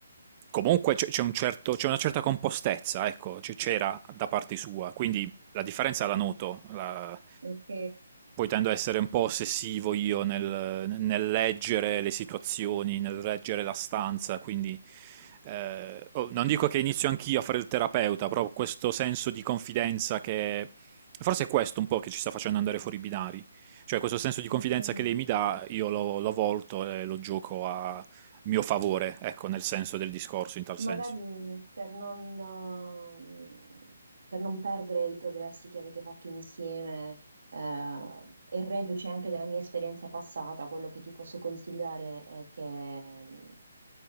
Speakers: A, on the right; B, on the right.
A: comunque c'è c'è un certo- c'è una certa compostezza, ecco, c- c'era da parte sua, quindi la differenza la noto, la-
B: Ok,
A: poi tendo a essere un po' ossessivo io nel, nel leggere le situazioni, nel leggere la stanza, quindi eh, oh, non dico che inizio anch'io a fare il terapeuta, però questo senso di confidenza che forse è questo un po' che ci sta facendo andare fuori i binari, cioè questo senso di
B: ok.
A: confidenza che lei mi dà, io lo, lo volto e lo gioco a mio favore, ecco, nel senso del discorso, in tal
B: Magari
A: senso.
B: per non, eh, per non perdere i progressi che avete fatto insieme, eh, e reduce anche dalla mia esperienza passata, quello che ti posso consigliare è che